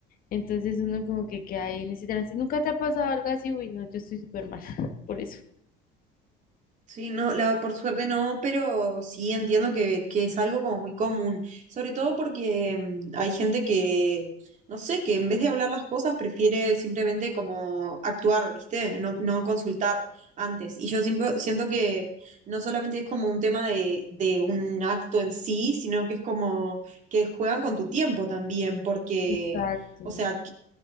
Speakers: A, on the left; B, on the right.
A: Entonces uno como que queda ahí en ese trance. ¿Nunca te ha pasado algo así? Uy, no, yo estoy súper mal <laughs> por eso.
B: Sí, no, la, por suerte no, pero sí entiendo que, que es algo como muy común, sobre todo porque mm, hay gente que, no sé, que en vez de hablar las cosas prefiere simplemente como actuar, ¿viste? No, no consultar antes. Y yo siempre siento que no solamente es como un tema de, de un acto en sí, sino que es como que juegan con tu tiempo también, porque,
A: Exacto,
B: o sea,